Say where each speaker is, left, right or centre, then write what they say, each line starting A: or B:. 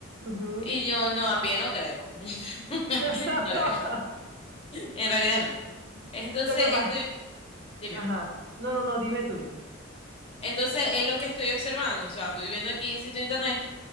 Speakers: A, on the right; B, on the left.
A: Ujú.
B: Y yo, no, a pie no creo. <laughs>
A: <laughs>
B: No creo. En realidad no. Entonces,
A: Lo que pasa,
B: estoy, dime.
A: ajá, no, no, no, dime tú.
B: Entonces, es lo que estoy observando. O sea, estoy viendo aquí el sitio de internet